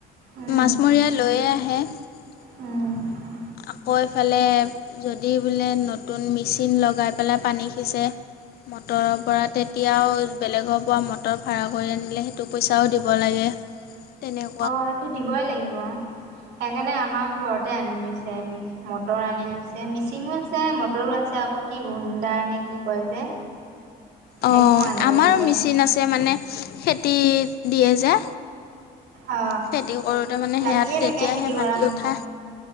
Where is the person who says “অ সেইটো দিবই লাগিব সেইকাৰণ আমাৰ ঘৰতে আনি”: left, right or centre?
Right